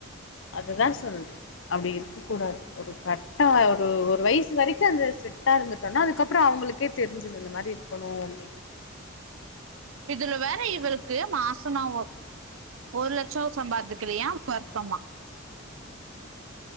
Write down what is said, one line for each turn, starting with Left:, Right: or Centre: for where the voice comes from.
Left: அதுதா சொல்ற அப்டி இருக்கக் கூடாது ஒரு கட்டா ஒரு வயசு வரைக்கு அந்த ஸ்சிட்டா இருந்துட்டோனா அதுக்கப்றோ அவுங்களுக்கே தெரிஞ்சிரு இந்த மாதிரி இருக்கணு அப்டின்னு
Right: இதுல வேற இவுளுக்கு மாசனாவோ ஒரு லட்சம் சம்பாதிக்கிரியா வருத்தமா